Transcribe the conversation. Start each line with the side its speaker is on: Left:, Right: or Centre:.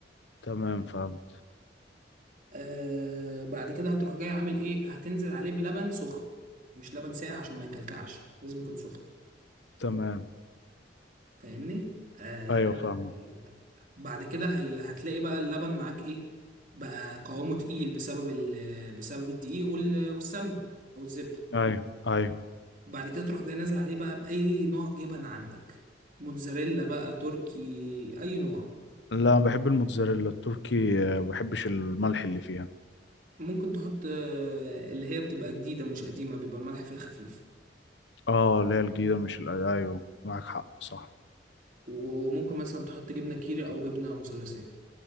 Left: تمام فاهم
Right: آه بعد كده هتروح جاي عامل ايه هتنزل عليه بلبن سخن مش لبن ساقع عشان ما يكلكعش لازم يكون سخن
Left: تمام
Right: فاهمني آه
Left: ايوه فاهمة
Right: آه، بعد كده هي هتلاقي بقى اللبن معاك ايه بقى قوامه تقيل بسبب ال بسبب الدقيق وال- والسمن او الزبده
Left: ايوه ايوه
Right: بعد كده تروح جاي نازل عليه بقى باي نوع جبن عندك موتزاريلا بقى تركي اي نوع
Left: لا بحب الموتزاريلا التركي آه، ما بحبش الملح اللي فيها
Right: ممكن تحط آه، اللي هي بتبقى جديده مش قديمه بيبقى الملح فيها خفيف
Left: اه اللي هي الجديدة مش ال- ايوه معاك حق صح
Right: وممكن مثلا تحط جبنة كيري او جبنة مثلثات